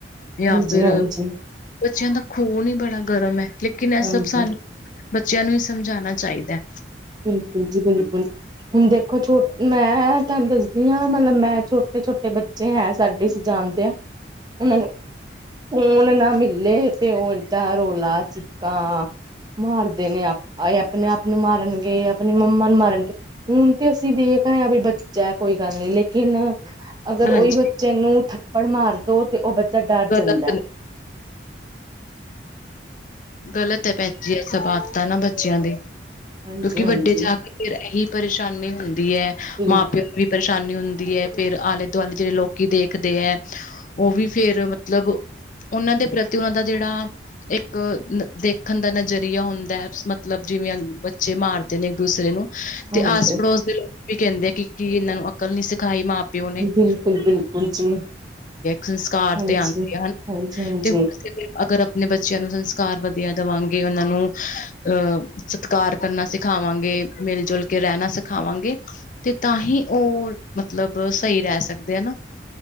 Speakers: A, on the left; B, on the right.
A: ਯਾਂ
B: ਹਾਂਜੀ
A: ਫਿਰ
B: ਹਾਂਜੀ
A: ਬੱਚਿਆਂ ਦਾ ਖੂਨ ਈ ਬੜਾ ਗਰਮ ਐ ਲੇਕਿਨ ਐ
B: ਹਾਂਜੀ
A: ਸਭ ਸਾਨੂੰ ਬੱਚਿਆਂ ਨੂੰ ਈ ਸਮਝਾਣਾ ਚਾਈਦੈ।
B: ਬਿਲਕੁਲ ਜੀ ਬਿਲਕੁਲ। ਹੁਣ ਦੇਖੋ ਛੋ ਮੈਂ ਤੁਹਾਨੂੰ ਦੱਸਦੀ ਆ ਮਤਲਬ ਮੈਂ ਛੋਟੇ-ਛੋਟੇ ਬੱ ਚੇ ਹੈਂ ਸਾਡੇ ਅਸੀ ਜਾਣਦੇ ਆ ਉਨ੍ਹਾਂ ਨੂੰ ਫੋਨ ਨਾ ਮਿਲੇ ਤੇ ਓਦਾਂ ਰੋਲਾ ਚਿੱਕਾਂ। ਮਾਰਦੇ ਨੇ ਆ ਆਪਣੇ ਆਪ ਨੂੰ ਮਾਰਨਗੇ ਆਪਣੀ ਮੰਮਾ ਨੂੰ ਮਾਰਨਗੇ ਹੁਣ ਤੇ ਅਸੀਂ ਦੇਖ ਰਿਆ ਵੀ ਬੱਚਾ ਕੋਈ ਗੱਲ ਨੀ ਲੇਕਿਨ ਅਗਰ
A: ਹਾਂਜੀ
B: ਓਈ ਬੱਚੇ ਨੂੰ ਥੱਪੜ ਮਾਰ ਦੋ ਤੇ ਓ ਬੱਚਾ ਡਰ
A: ਗਲਤ
B: ਜਾਂਦੈ।
A: ਨੇ ਗ਼ਲਤ ਐ ਭੈਣ ਜੀ ਐ ਸਭ ਆਦਤਾਂ ਨਾ ਬੱਚਿਆਂ ਦੇ
B: ਹਾਂਜੀ
A: ਕਿਉਂਕੀ
B: ਹਾਂਜੀ
A: ਵੱਡੇ ਜਾ ਕੇ ਫਿਰ ਏਹੀ ਪਰੇਸ਼ਾਨੀ ਹੁੰਦੀ ਐ
B: ਬਿਲਕੁਲ
A: ਮਾਂ-ਪਿਓ ਵੀ ਪਰੇਸ਼ਾਨੀ ਹੁੰਦੀ ਐ ਫੇਰ ਆਲੇ-ਦੁਆਲੇ ਜੇੜੇ ਲੋਕੀ ਦੇਖਦੇ ਐ ਓਵੀ ਫੇਰ ਮਤਲਬ ਉਨਾਂ ਦੇ ਪ੍ਰਤੀ ਉਨਾਂ ਦਾ ਜੇੜਾ ਇੱਕ ਦੇਖਣ ਦਾ ਨਜ਼ਰੀਆ ਹੁੰਦਾ ਮਤਲਬ ਜਿਵੇਂ ਬੱਚੇ ਮਾਰਦੇ ਨੇ ਇੱਕ ਦੂਸਰੇ ਨੂੰ ਤੇ
B: ਹਾਂਜੀ
A: ਆਸ-ਪੜੋਸ ਦੇ ਲੋਕ ਵੀ ਕੈਂਦੇ ਆ ਕੀ-ਕੀ ਇਨਾਂ ਨੂੰ ਅਕਲ ਨੀ ਸਿਖਾਈ ਮਾਂ ਪਿਓ ਨੇ <inaudible>
B: ਬਿਲਕੁਲ ਬਿਲਕੁਲ ਜੀ
A: ਸੰਸਕਾਰ
B: ਹਾਂਜੀ
A: ਤੇ ਆਂਦੀ
B: ਹਾਂਜੀ ਹਾਂਜੀ
A: <inaudible> ਅਗਰ ਆਪਣੇ ਬੱਚਿਆਂ ਨੂੰ ਸੰਸ ਸਕਾਰ ਵਧੀਆ ਦੇਵਾਂਗੇ ਉਨਾਂ ਨੂੰ ਅ ਸਤਿਕਾਰ ਕਰਨਾ ਸਿਖਾਵਾਂਗੇ ਮਿਲ-ਜੁਲ ਕੇ ਰੈਣਾ ਸਿਖਾਵਾਂਗੇ ਤੇ ਤਾਂ ਹੀ ਓ ਮਤਲਬ ਸਈ ਰੈ ਸਕਦੇ ਨਾ।